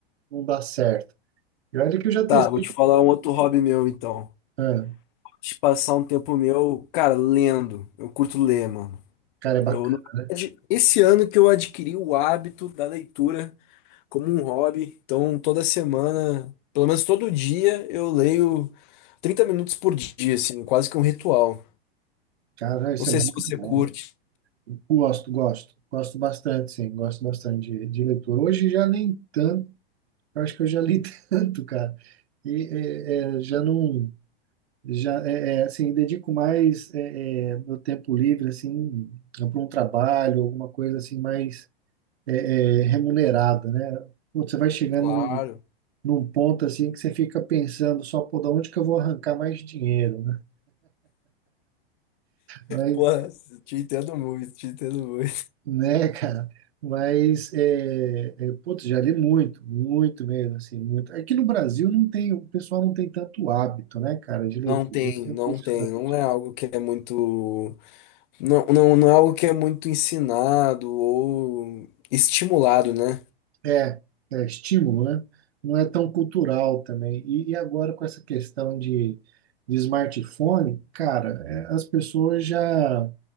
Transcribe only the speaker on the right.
não dá certo. E olha que eu já
testei.
Ah,
cara, é bacana.
Cara, isso
é muito
bom.
Gosto, gosto. Gosto bastante, sim. Gosto bastante de, de leitura. Hoje já nem tanto. Eu acho que eu já li <laughs> tanto, cara. E é, é, já não. Já, é, é, assim, dedico mais é, é, meu tempo livre, assim, para um trabalho, alguma coisa assim mais é, é, remunerada, né? Putz, Você vai chegando
num, num ponto, assim, que você fica pensando só, pô, da onde que eu vou arrancar mais dinheiro, né? Mas
né, cara? Mas, é, é, putz, já li muito, muito mesmo, assim, muito. Aqui no Brasil não tem, o pessoal não tem tanto hábito, né, cara, de leitura.
Isso
é impressionante.
É, é estímulo, né? Não é tão cultural também. E, e agora com essa questão de, de smartphone, cara, é, as pessoas já